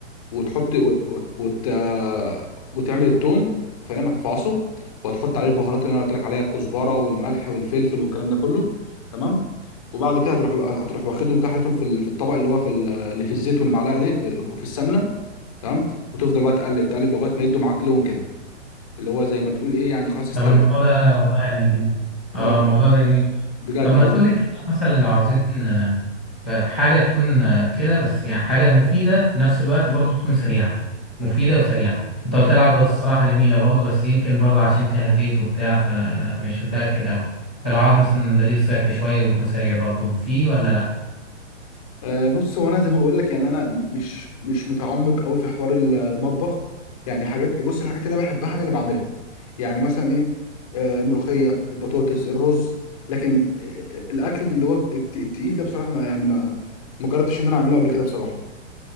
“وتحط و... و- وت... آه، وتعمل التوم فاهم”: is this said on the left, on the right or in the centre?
Left